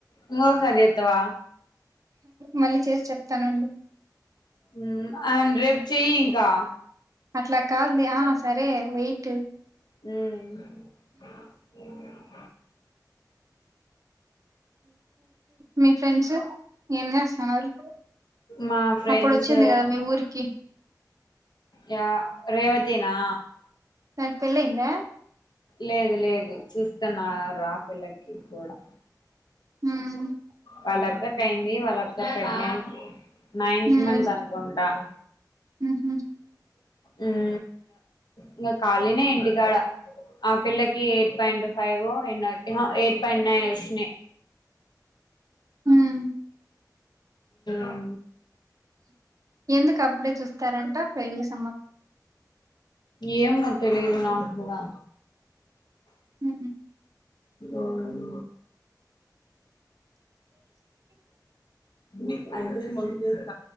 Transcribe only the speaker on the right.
మళ్ళీ చేసి చెప్తానండు
అట్లా కాదు లే ఆ సరే వెయిట్
మీ ఫ్రెండ్స్ ఏం చేస్తన్నారు
అప్పుడు వచ్చింది కదా మీ ఊరికి
దానికి పెళ్లి అయిందా
హ్మ్
హ్మ్
ఉహూ
హ్మ్
ఎందుకు అప్పుడే చూస్తారంట పెళ్లి సంభం
హ్మ్.